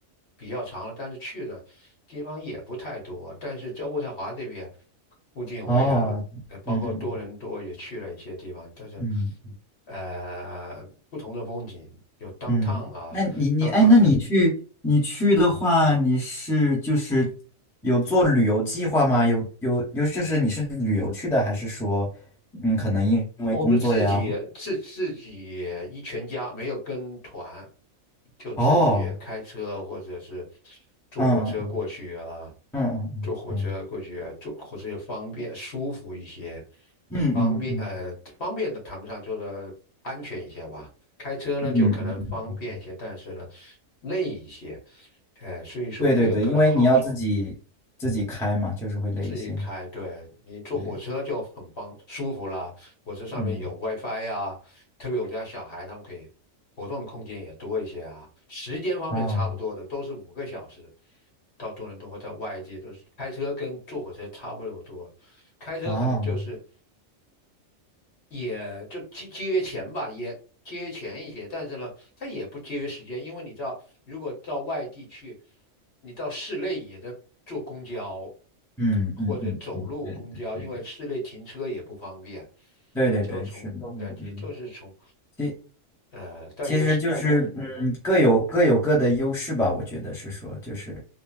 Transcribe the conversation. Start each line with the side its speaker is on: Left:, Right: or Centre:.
Left: 比较长了，但是去的。地方也不太多，但是在渥太华这边附近，
Centre: 哦，
Left: 我也呃包括多伦多也去了一些地方，
Centre: 嗯嗯
Left: 但是
Centre: 嗯
Left: 呃不同的风景有 downtown
Centre: 嗯，
Left: 啊，downtown
Centre: 那你你哎，那你去你去的话，
Left: 也
Centre: 你是就是有做旅游计划吗？有有有，就是你是旅游去的，还是说嗯，可能因为工作呀？
Left: 我们自己自自己一全家没有跟团，
Centre: 或
Left: 就自己开车或者是
Centre: 哦，
Left: 坐火车过去啊，
Centre: 嗯嗯嗯嗯
Left: 坐火车过去啊，坐火车也方便舒服一些，
Centre: 嗯嗯嗯嗯
Left: 方便呃方便的谈不上，就是安全一些吧。开车呢就可能方便一些，
Centre: 嗯嗯嗯，嗯
Left: 但是呢累一些，呃，所以说各有各的好处。
Centre: 对对对，因为你要自己自己开嘛，就是会累一些，
Left: 自己开，对，你坐火车就很方舒服啦。
Centre: 对对，
Left: 火车上面有
Centre: 嗯，
Left: WiFi 呀、特别我家小孩他们可以活动的空间也多一些啊。时间方面差不多的，
Centre: 哦
Left: 都是五个小时。到多伦多或在外地都是开车跟坐火车差不多多，开车可能就是
Centre: 哦，
Left: 也就节节约钱吧，也节约钱一些，但是呢，它也不节约时间，因为你知道，如果到外地去，你到市内也得坐公交
Centre: 嗯嗯嗯嗯，
Left: 或者走路公交，
Centre: 对对对对
Left: 因为市内停车也不方便，
Centre: 对对对对，
Left: 你就从呃，
Centre: 是的，嗯嗯。
Left: 也就是从
Centre: 其
Left: 呃到一个是摸摸，
Centre: 其实就但是嗯，
Left: 嗯，
Centre: 各有各有各的优势吧。我觉得是说，就是